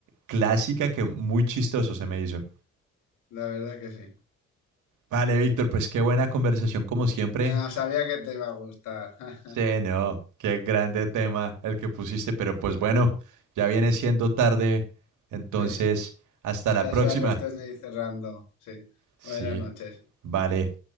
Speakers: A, on the right; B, on the left.
A: clásica que muy chistoso se me hizo.
B: la verdad es que sí.
A: Vale, Víctor, pues qué buena conversación como siempre.
B: Ah, sabía que te iba a gustar. <laughs>
A: Sí, no, qué grande tema el que pusiste, pero pues bueno, ya viene siendo tarde, entonces
B: Sí,
A: hasta la
B: ya
A: próxima.
B: será cuestión de ir cerrando. Sí,
A: Sí,
B: buenas noches.
A: vale.